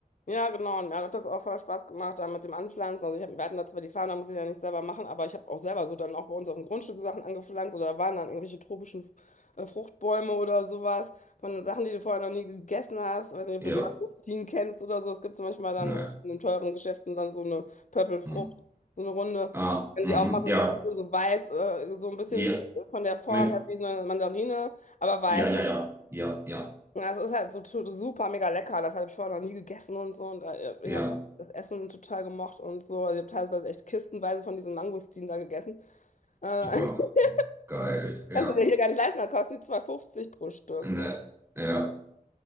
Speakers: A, on the left; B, on the right.
A: Ja, genau. Und mir hat das auch voll Spaß gemacht, da mit dem Anpflanzen. Also ich hab, wir hatten da zwar die Farm, da muss ich ja nicht selber machen, aber ich habe auch selber so dann auch bei uns auf dem Grundstück Sachen angepflanzt oder da waren dann irgendwelche tropischen äh, Fruchtbäume oder sowas von Sachen, die du vorher noch nie gegessen hast. Weiß nicht, ob
B: Ja.
A: du Mangostin kennst oder so. Es gibt so manchmal dann
B: Ne.
A: in den teuren Geschäften dann so eine Pöppelfrucht,
B: Hm.
A: so eine Runde.
B: Ah,
A: Und wenn
B: mhm.
A: die aufmachst,
B: Ja.
A: das ist es so weiß, äh, so ein bisschen
B: Ja.
A: von der Form
B: Mit.
A: her wie eine Mandarine, aber weiß.
B: Ja, ja, ja. Ja, ja.
A: Ja, es ist halt so tu- super mega lecker. Das habe ich vorher noch nie gegessen und so. Und äh,
B: Ja.
A: ich habe das Essen total gemocht und so. Also ich habe teilweise echt kistenweise von diesen Mangostinen da gegessen. Äh,
B: Oh,
A: <laughs>
B: geil. Ja.
A: kannst du dir hier gar nicht leisten, da kosten die 2,50 pro Stück.
B: Ne.
A: Ne?
B: Ja.